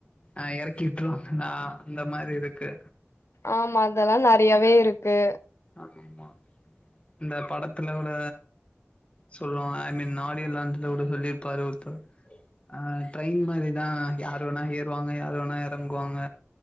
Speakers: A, on the left (about 25°); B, on the left (about 80°).
A: அ எறக்கிவிட்றுவாங்ளா அந்த மாரி இருக்கு
B: ஆமா அதெல்லா நறையாவே இருக்கு
A: ஆமா இந்த படத்துல கூட சொல்லுவாங்க ஐ மீன் ஆடியோ லாஞ்ச்ல கூட சொல்லி இருப்பாரு ஒருத்தர் அ ட்ரெயின் மாரிதா யாரு வேணா ஏறுவாங்க யாரு வேணா எறங்குவாங்க